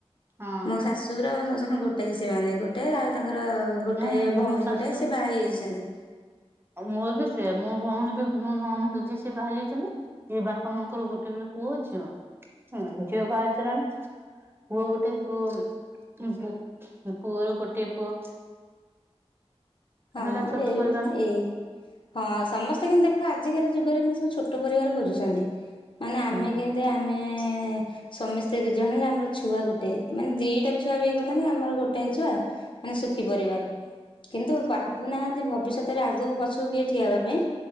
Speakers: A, on the right; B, on the left.
A: ହଁ
B: ମୋ ଶାଶୁର ଆଉ ଶାଶୁ ଗୋଟେଏ ସେମାନେ ଗୋଟେ ଆଉ ତାଙ୍କର। ଗୋଟଏ
A: ନାଇଁ ମୋ
B: ଭଉଣୀ
A: ଶାଶୁ
B: ଗୋଟାଏ ସେ ବାହା ଯାଇଛନ୍ତି।
A: ମୋର ବି ସିଏ ମୋ ଭଉଣୀ ବି ମୋ ନଣନ୍ଦ ଯିଏ ସିଏ ବାହା ଯାଇଛନ୍ତି ଯିଏ ବାପା ମାଙ୍କର ଗୋଟେ। ଗୋଟେବେଲି ପୁଅଝିଅ, ଝିଅ ବାହା ହୋଇସାରିଲେଣି। ପୁଅ ଗୋଟେ ପୁଅର ଗୋଟେଏ ପୁଅ।
B: ହଁ
A: ହେଲା ଛୋଟ
B: ଏଇ
A: ପରିବାର
B: ଏଇ। ହଁ ସମସ୍ତେ କିନ୍ତୁ ଦେଖ ଆଜିକାଲି ଯୁଗରେ କିନ୍ତୁ ସବୁ ଛୋଟ ପରିବାର ଖୋଜୁଛନ୍ତି। ମାନେ ଆମେ
A: ହୁଁ।
B: କେମିତି ଆମେ। ସମସ୍ତେ ଦୁ ଜଣ ହେଲେ ଆମର ଛୁଆ ଗୋଟେ ମାନେ ଦିଟା ବି ଛୁଆ ବି କରୁନାହାନ୍ତି ଆମର ଗୋଟାଏ ଛୁଆ। ମାନେ ସୁଖୀ ପରିବାର କିନ୍ତୁ, ଭାବୁନାହାନ୍ତି ଭବିଷ୍ୟତରେ ଆଗକୁ ପଛକୁ କେହି ଠିଆ ହେବା ପାଇଁ।